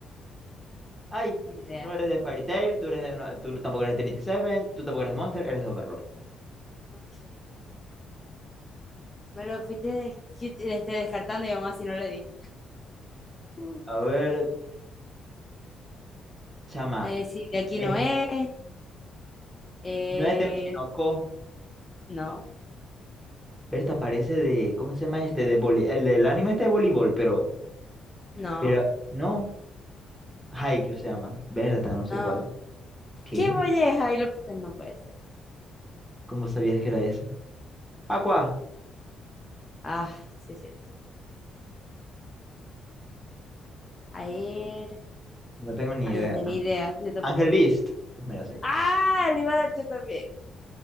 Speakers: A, in the centre; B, on the left.
A: Ay,
B: Ni idea.
A: tú no eres de Fairy Tail, tú eres de, no- tú tampoco eres de Trinity Seven, tú tampoco eres de Monster, eres de Overlord.
B: Ok. Me lo fuiste des- qui- este, descartando y aún así no le di. Uh.
A: A ver, chama,
B: Eh, sí, de aquí
A: es-
B: no es. Eh,
A: no es de Oshinoko.
B: no,
A: Berta parece de, ¿cómo se llama este? De vole- el del anime este de voleibol, pero,
B: no,
A: pero no, Haikyuu se llama. Berta, no sé
B: no.
A: cuál. ¿Qué?
B: ¿Qué molleja? Y lo- No puede ser.
A: ¿Cómo sabías que era ese? Aqua,
B: Ah, sí es cierto. A ver.
A: no tengo ni
B: Ahí
A: idea.
B: está, ni idea. Yo tampoco.
A: Ángel Beast, pues mira, sí.
B: ¡Ah! Le iba a dar yo también.